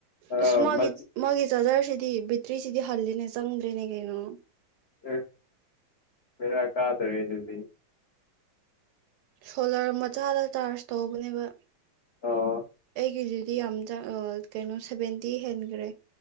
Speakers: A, on the left; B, on the right.
A: ꯑ
B: ꯑꯁ ꯃꯥꯒꯤ
A: ꯃꯆꯤꯟ
B: ꯃꯥꯒꯤ ꯆꯥꯔꯖꯔꯁꯤꯗꯤ ꯕꯦꯇ꯭ꯔꯤꯁꯤꯗꯤ ꯍꯜꯂꯤꯅꯦ ꯆꯪꯗ꯭ꯔꯦꯅꯦ ꯀꯩꯅꯣ
A: ꯑꯦ ꯕꯦꯔꯥꯥ ꯀꯥꯗꯔꯦ ꯑꯗꯨꯗꯤ
B: ꯁꯣꯂꯔ ꯃꯆꯥꯗ ꯆꯥꯔꯖ ꯇꯧꯕꯅꯦꯕ
A: ꯑꯣ
B: ꯑꯩꯒꯤꯗꯨꯗꯤ ꯌꯥꯝ ꯀꯩꯅꯣ ꯁꯚꯦꯟꯇꯤ ꯍꯦꯟꯈ꯭ꯔꯦ